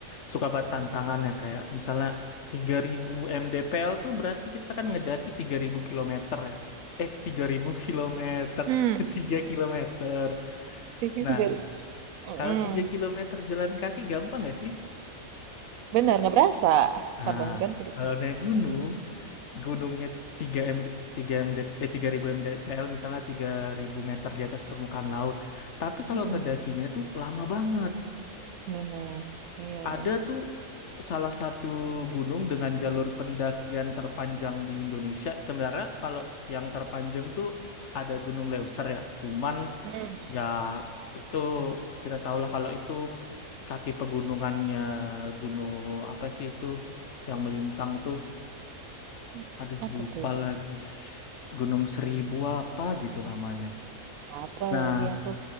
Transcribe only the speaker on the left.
suka banget tantangannya kayak misalnya 3000 mdpl tuh berarti kita kan ngedaki 3000 kilometer ya eh 3000 kilometer
<laughs> 3 kilometer
Nah,
kalau 3 kilometer jalan kaki gampang nggak sih?
Nah,
Kalau
naik gunung, gunungnya 3 MD, 3 MD, eh 3000 l misalnya tiga ribu meter di atas permukaan laut. Tapi kalau
ngedakinya tuh lama banget.
Ada
tuh salah satu gunung dengan jalur pendakian terpanjang di Indonesia. Sebenarnya kalau yang terpanjang tuh ada Gunung Leuser ya. Cuman
Ya, itu kita tahulah kalau itu kaki pegunungannya gunung apa sih itu yang melintang tuh.
Aduh,
lupa
lagi. Gunung Seribu apa gitu namanya.
Nah,